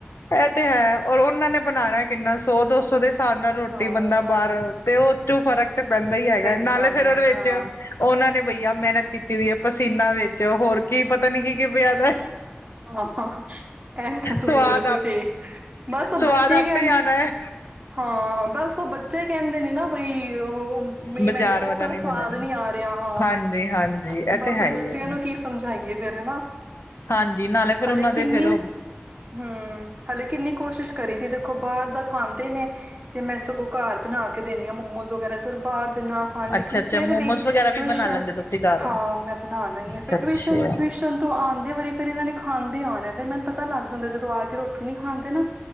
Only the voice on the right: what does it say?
ਹਾਂ
ਇਹ ਤਾਂ
ਹੈ।
ਸਹੀ
ਗੱਲ
ਏ
ਹਾਂ।
ਆਹ ਇਹ ਤਾਂ ਤੁਸੀਂ
ਬਿਲਕੁਲ
ਠੀਕ ਬਸ ਉਹ
ਬੱਚੇ
ਕ
ਹਾਂ ਬਸ ਉਹ ਬੱਚੇ ਕਹਿੰਦੇ ਨੇ ਨਾ ਬਈ ਉਹ ਬਈ
ਮੈਨੂੰ ਉਹ
ਭਲਾ
ਸਵਾਦ
ਨਹੀਂ ਆ ਰਿਹਾ ਬਈ ਹਾਂ
ਬਸ
ਬੱਚਿਆਂ
ਨੂੰ ਕੀ ਸਮਝਾਈਏ ਫ਼ਿਰ ਹਨਾ।
ਹਲੇ
ਕਿੰਨੀ
ਹੂੰ ਹਾਲੇ ਕਿੰਨੀ ਕੋਸ਼ਿਸ਼ ਕਰੀ ਤ ਦੇਖੋ ਬਾਹਰ ਦਾ ਖਾਂਦੇ ਨੇ। ਤੇ ਮੈਂ ਸਗੋਂ ਘਰ ਬਣਾ ਕੇ ਦੇਂਦੀ ਆਂ ਮੋਮੋਸ ਵਗੈਰਾ ਸਬ ਬਾਹਰ ਦੇ ਨਾਲ ਹਾਂ। ਲੇਕਿਨ
ਫਿਰ
ਵੀ
ਟਵੀਸ਼ਨ
ਹਾਂ ਮੈਂ ਬਣਾ ਦੇਨੀ
ਆ। ਫਿਰ
ਟਵੀਸ਼ਨ-ਟਵੀਸ਼ਨ ਤਾਂ ਆਉਂਦੇ ਵਾਰੀ ਫਿਰ ਇਹਨਾਂ ਨੇ ਖਾਂਦੇ ਆਉਣਾ ਫਿਰ ਮੈਨੂੰ ਪਤਾ ਲੱਗ ਜਾਂਦਾ ਜਦੋਂ ਆ ਕੇ ਰੋਟੀ ਕੇ ਨੀ ਖਾਂਦੇ ਨਾ।